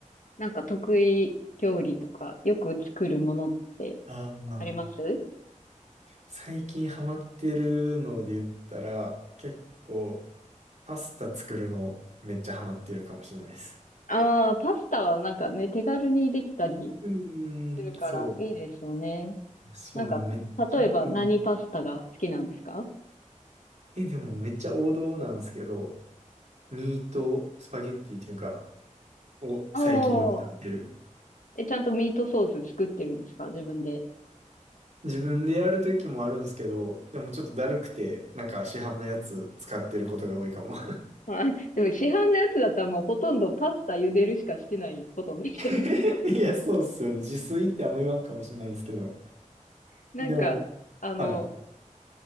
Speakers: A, on the left; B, on the right.
A: なんか得意料理とか、よく作るものって
B: あーまあ
A: あります
B: 最近ハマってるので言ったら、結構パスタ作るのめっちゃハマってるかもしれないです。
A: ああー、パスタはなんかね、手軽にできたり
B: うーん、
A: するからいいですよね。
B: そう。そう、
A: なんか、
B: もうめっちゃ、
A: 例えば何パスタが好きなんですか
B: うん。え、でもめっちゃ王道なんですけど、ミートスパゲッティっていうか、を最近よく食べてる。
A: ああ。え、ちゃんとミートソース作ってるんですか自分で。
B: 自分でやるときもあるんですけど、でもちょっとだるくて、なんか市販のやつ使ってることが多いかも。
A: まあ、でも市販のやつだったらもうほとんどパスタ茹でるしかしてないことになっちゃうけど。
B: <laughs> いや、そうっすよね。自炊ってあんま言わんかもしれないですけど。
A: なんか、
B: でも、
A: あの、
B: は